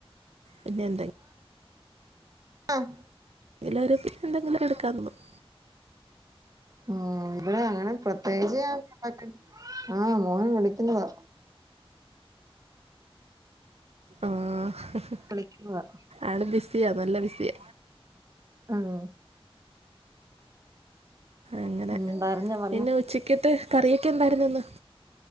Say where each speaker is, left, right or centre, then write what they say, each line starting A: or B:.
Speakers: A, on the right (about 85°); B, on the right (about 35°).
A: പിന്നെ എന്ത
B: ആഹ്
A: എല്ലാര്ക്കും എന്തെങ്കിലും എടുക്കാന്നമ്മക്ക്
B: ഉം ഇവിടെ അങ്ങനെ പ്രത്യേകിച്ച് ഞാൻണ്ടാക്ക <unintelligible> ആഹ് മോൻ വിളിക്കുന്നതാ
A: ആഹ്
B: വിളിക്കുന്നതാ
A: ആള് ബിസിയാ നല്ല ബിസിയ
B: ആഹ്
A: അങ്ങനെ
B: ഉം പറഞ്ഞോ പറഞ്ഞോ
A: പിന്നെ ഉച്ചക്കെത്തെ കറിയൊക്കെ എന്തായിരുന്നു ഇന്ന്